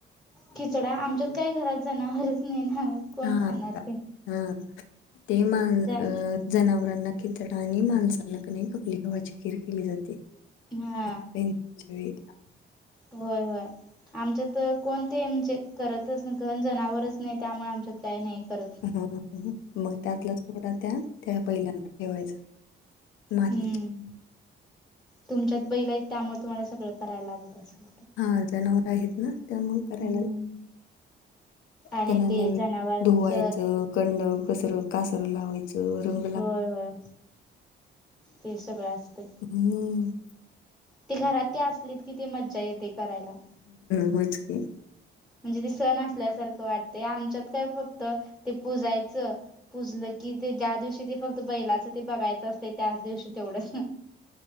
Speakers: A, in the centre; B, on the left (about 80°).
A: खिचडा आमच्यात काय घरात जनावरच नाही ना. कोण
B: हा
A: खाणार
B: हा,
A: ते
B: हा ते मान अ
A: ज
B: जनावरांना खिचडा आणि माणसांना कनय खपली गव्हाची खीर केली जाते. <unintelligible>
A: हा होय होय, आमच्यात कोणते म्हणजे करतच नाही, घन जनावरच नाही, त्यामुळे आमच्यात काही नाही करत
B: मग त्यातला थोडा त्या त्या बैलांना ठेवायचा. माहिती
A: हम्म तुमच्यात बैल आहेत, त्यामुळे तुम्हाला सगळं करायला लागत असल.
B: हा जनावर आहेत ना, त्यामुळे करायला
A: हम्म
B: लागतं.
A: आणि
B: त्यांना
A: ते
B: नीट
A: जनावरांच
B: धुवायचं कंड, कसर, कासर लावायचं. रंग ला
A: होय होय, ते सगळ असतय.
B: हम्म,
A: ते घरात ते असलेत कि, ते मज्जा येते करायला.
B: होयच की.
A: म्हणजे ते सण असल्यासारखं वाटत आमच्यात काय फक्त ते पुजायचं पुूजलं की, ते ज्या दिवशी ते फक्त बैलाचं ते बघायचं असते त्याच दिवशी तेवढच.